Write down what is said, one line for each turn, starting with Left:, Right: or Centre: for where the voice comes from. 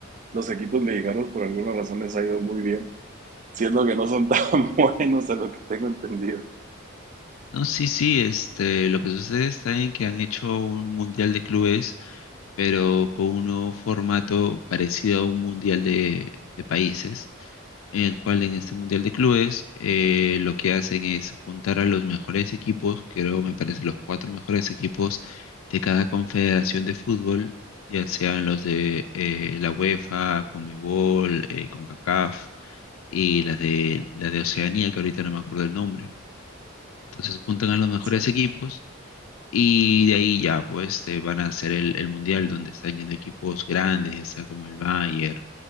Right: los equipos mexicanos por alguna razón les ha ido muy bien. Siendo que no son tan <laughs> buenos a lo que tengo entendido.
Left: No, sí, sí, este, lo que sucede está en que han hecho un Mundial de Clubes, pero con un nuevo formato parecido a un Mundial de, de Países. en el cual en este Mundial de Clubes eh, lo que hacen es juntar a los mejores equipos, creo me parece los cuatro mejores equipos de cada confederación de fútbol, ya sean los de eh, la UEFA, Conmebol, eh, CONCACAF y las de, la de Oceanía, que ahorita no me acuerdo el nombre. Entonces juntan a los mejores
Right: Sí.
Left: equipos. Y de ahí ya, pues, eh, van a hacer el, el mundial donde están yendo equipos grandes, ya sea como el Bayern,